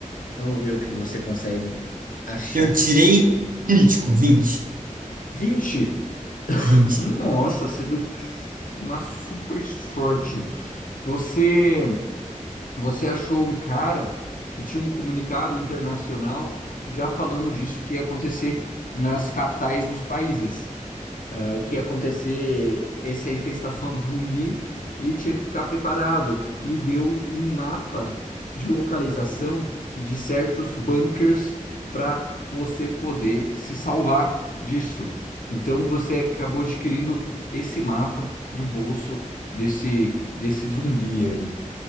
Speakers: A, on the left (about 80°); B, on the right (about 90°).
A: vamos ver o que você consegue achar.
B: Eu tirei crítico, vinte,
A: vinte
B: vinte.
A: Nossa, você deu uma super sorte. Você. Você achou um cara que tinha um comunicado internacional já falando disso que ia acontecer nas capitais dos países, ah, que ia acontecer essa infestação de zumbi e tinha que ficar preparado. E deu um mapa de localização e de certos bunkers para você poder se salvar disso. Então você acabou adquirindo esse mapa do bolso desse, desse zumbi aí